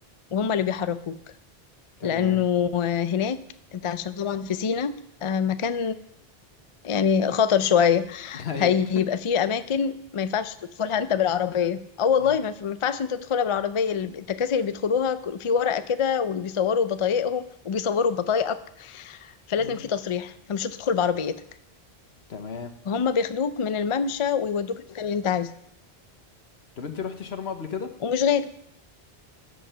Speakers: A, on the left; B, on the left.
A: وهم اللي بيحركوك
B: تمام
A: لأنه هناك أنت عشان طبعا في سينا آه، مكان يعني خطر شوية
B: <laughs> ايوه
A: هيبقى فيه أماكن ما ينفعش تدخلها أنت بالعربية أه والله
B: امم
A: ما في- ما ينفعش أنت تدخلها بالعربية ال- التكاسي اللي بيدخلوها في ورقة كده وبيصوروا بطايقهم وبيصوروا بطايقك فلازم
B: امم
A: في تصريح فمش هتدخل بعربيتك
B: تمام
A: فهم بياخدوك من الممشى ويودوك المكان اللي أنت عايزه
B: طب انت رحت شرم قبل كده
A: ومش غالي